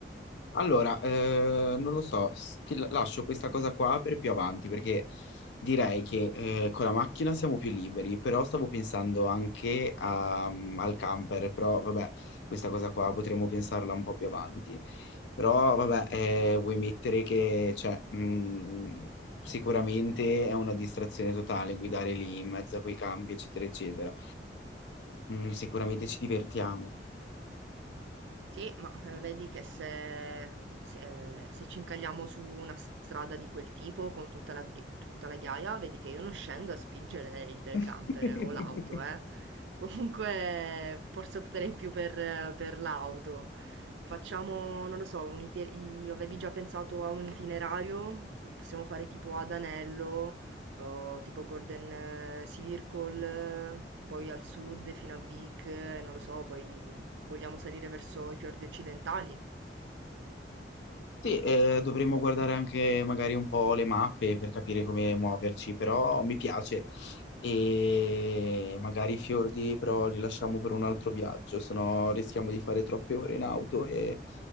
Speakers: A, on the left (about 80°); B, on the right (about 90°).
A: Allora, eh, non lo so, s- ti la- lascio questa cosa qua per più avanti perché direi che eh, con la macchina siamo più liberi, però stavo pensando anche a- mm, al camper, però vabbè, questa cosa qua potremmo pensarla un po' più avanti. Però vabbè, eh, vuoi mettere che cioè, mh, sicuramente è una distrazione totale guidare lì in mezzo a quei campi, eccetera, eccetera. Mm, sicuramente ci divertiamo.
B: Sì, ma, ehm, vedi che se mhmm, se ehm, se ci incagliamo su una strada di quel tipo con tutta la ghi tutta la ghiaia, vedi che io non scendo a spingere il
A: <laughs>
B: camper o l'auto, eh. <laughs> Comunque forse opterei più per per l'auto. Facciamo, non lo so, un ite i avevi già pensato a un itinerario? P possiamo fare tipo ad anello, o tipo Golden Circle, poi al sud fino a Vic, eh, non lo so, poi Vogliamo salire verso i fiordi occidentali?
A: Sì, eh, dovremmo guardare anche magari un po' le mappe per capire come muoverci, però mi piace. E magari i fiordi però li lasciamo per un altro viaggio, sennò rischiamo di fare troppe ore in auto e